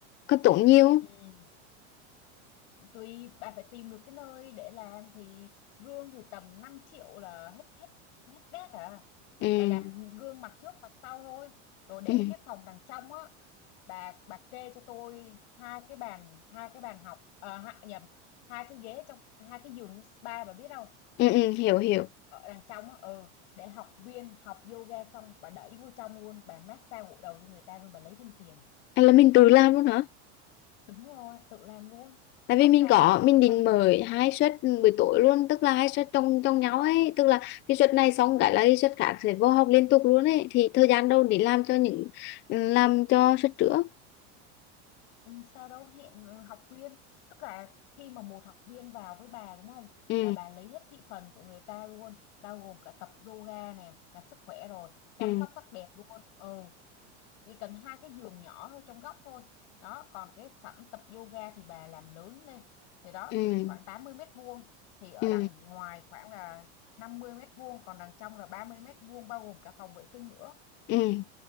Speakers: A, on the left; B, on the left.
A: có tốn nhiều không?
B: ừ. tùy bà phải tìm được cái nơi để làm thì gương thì tầm 5 triệu là hết hết hết đét à
A: ừ.
B: bà làm gương mặt trước mặt sau thôi rồi để
A: Ừ.
B: cái phòng đằng trong á bà bà kê cho tôi hai cái bàn hai cái bàn học à, nhầm hai cái ghế trong hai cái giường spa bà biết không
A: Ừ. Ừ. hiểu hiểu
B: ở đằng trong á ừ để học viên học yoga xong bà đẩy vô trong luôn bà massage gội đầu cho người ta luôn bà lấy thêm tiền
A: à, là mình tự làm luôn hả
B: đúng rồi tự làm luôn
A: tại
B: massage
A: vì mình có
B: sau
A: mình định
B: sau gì học
A: mở hai suất buổi tối luôn tức là hai suất trong trong nhau ấy tức là cái suất này xong cái là cái suất khác sẽ vô học liên tục luôn ấy thì thời gian đâu để làm cho những làm cho suất trước
B: ừ, sau đó hẹn học viên tức là khi mà một học viên vào với bà đúng không
A: ừ
B: là bà lấy hết thị phần của người ta luôn bao gồm cả tập yoga nè là sức khỏe rồi chăm
A: ừ
B: sóc sắc đẹp luôn ừ chỉ cần hai cái giường nhỏ thôi trong góc thôi đó còn cái sảnh tập yoga thì bà làm lớn lên thì đó
A: ừ
B: thì khoảng 80 mét vuông thì ở
A: ừ
B: đằng ngoài khoảng là năm mươi mét vuông còn đằng trong là 30 mét vuông bao gồm cả phòng vệ sinh nữa
A: ừ